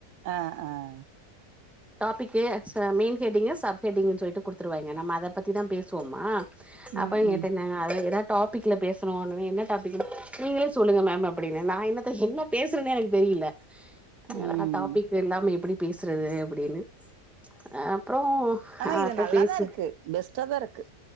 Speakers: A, on the right (about 75°); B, in the centre.
A: அ அ
B: டாபிக்கு மெயின் ஹெட்டிங்கு சப் ஹெட்டிங்கு சொல்ட்டு குடுத்துருவாய்ங்க நம்ம அத பத்தி தா பேசுவோமா அப்பங்
A: ம் ம்
B: கேட்டேங்க அத எதா டாப்பிக்கல பேசுணோனுமே என்ன டாபிக்கு நீங்ளே சொல்லுங்க மேம் அப்டின்னே நா என்னத்த என்ன பேசுறேன்னே எனக்கு தெரியில எதனா
A: ம்
B: டாபிக்கு இல்லாம எப்டி பேசுறது அப்டின்னு அ அப்றோ
A: ஆனா இது
B: அத
A: நல்லாதாருக்கு
B: பேசி
A: பெஸ்டா தாருக்கு